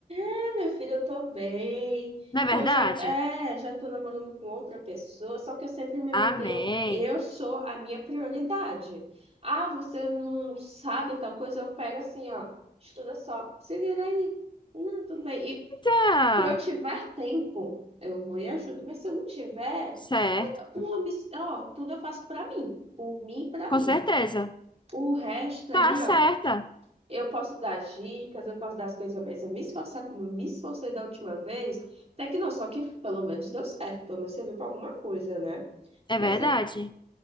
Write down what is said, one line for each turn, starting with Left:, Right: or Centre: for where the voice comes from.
Right: Ah, Meu filho, eu tô bem.
Left: Não é verdade?
Right: Tô já, é, já tô namorando com outra pessoa, só que eu sempre me
Left: Amém.
Right: mantenho. Eu sou a minha prioridade. Ah, você não sabe tal coisa? Eu pego assim, ó, estuda só, se vira aí. Não, tudo bem. E
Left: Tá
Right: se eu tiver tempo, eu vou e ajudo. Mas se eu não tiver,
Left: certo.
Right: um, obs- ó, tudo eu faço pra mim, por mim, e pra
Left: Com
Right: mim.
Left: certeza.
Right: O resto
Left: Tá
Right: ali,
Left: certa.
Right: ó. Eu posso dar dicas, eu posso dar as coisas, mas eu me esforçar como eu me esforcei da última vez, até que não, só que pelo menos deu certo, pelo menos serviu para alguma coisa, né?
Left: É
Right: Mas
Left: verdade.
Right: é,